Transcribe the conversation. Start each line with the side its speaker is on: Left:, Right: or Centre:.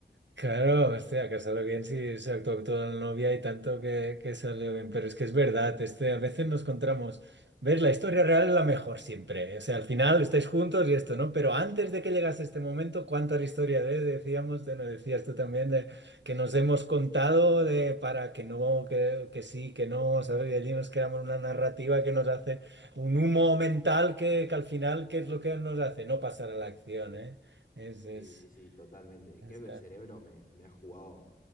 Right: Claro, hostia, casarlo bien si se actuó toda la novia y tanto que, que salió bien. Pero es que es verdad, este, a veces nos encontramos. ¿Ves? La historia real es la mejor siempre. O sea, al final estáis juntos y esto, ¿no? Pero antes de que llegase este momento, ¿cuánta historia de, decíamos, de, no decías tú también, de que nos hemos contado de para que no, que, que sí, que no, ¿sabes? Y allí nos creamos una narrativa que nos hace un humo mental que, que al final, ¿qué es lo que nos hace? No pasar a la acción, ¿eh? Es,
Left: Sí,
Right: es,
Left: sí, sí, totalmente.
Right: es-
Left: Creo que el cerebro me, me ha jugado